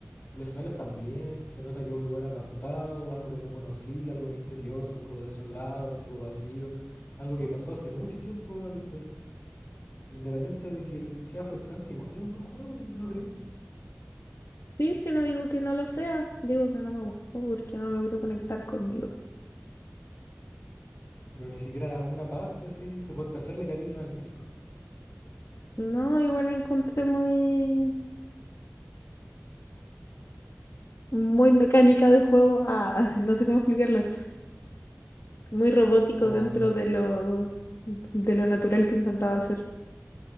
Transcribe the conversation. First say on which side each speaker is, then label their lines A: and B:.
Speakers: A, on the left; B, on the left.
A: Los escenarios también, se nota que es un lugar apartado, algo que no conocí, algo misterioso, algo desolado, algo vacío, algo que pasó hace mucho tiempo y está ahí. Independiente de que el- sea frustrante, igual es un buen juego, ¿no creí?
B: Sí, si no digo que no lo sea, digo que no me gustó porque no logró conectar conmigo.
A: Pero ni siquiera una parte así, suponte hacerle cariño al trigo.
B: No, igual la encontré muy, muy mecánica de juego. Ah, <laughs> no sé cómo explicarlo. Muy robótico
A: Como,
B: dentro
A: el-
B: de lo, de lo natural que intentaba hacer.